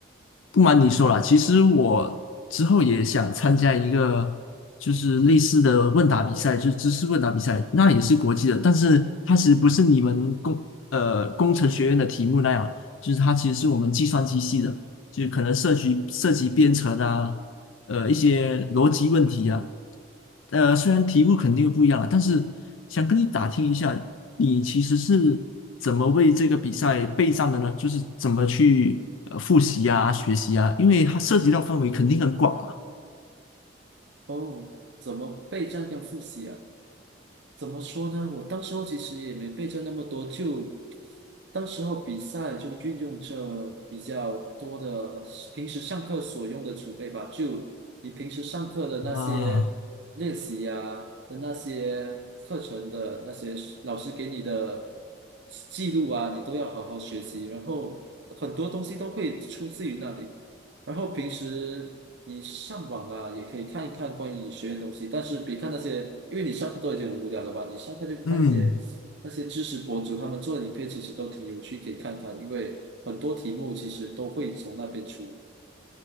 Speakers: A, on the left; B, on the right.
A: 不瞒你说啦，其实我之后也想参加一个就是类似的问答比赛，就是知识问答比赛，那也是国际的，但是它其实不是你们工呃工程学院的题目那样，就是它其实是我们计算机系的，就是可能涉及涉及编程啊，呃一些逻辑问题啊。呃，虽然题目肯定不一样了，但是想跟你打听一下，你其实是怎么为这个比赛备战的呢？就是怎么去呃复习呀、学习呀？因为它涉及到范围肯定很广嘛。
B: 哦，怎么备战跟复习啊？怎么说呢？我当时候其实也没备着那么多，就当时候比赛就运用这比较多的平时上课所用的储备吧，就你平时上课的那些练习呀、
A: 啊，
B: 的那些课程的那些老师给你的记录啊，你都要好好学习，然后很多东西都会出自于那里。然后平时你上网啊，也可以看一看关于学院的东西，但是别看那些，因为你上课都已经很无聊了吧？你上课就看一些那些知识博主他们做的影片，
A: 嗯。
B: 其实都挺有趣，可以看看，因为很多题目其实都会从那边出。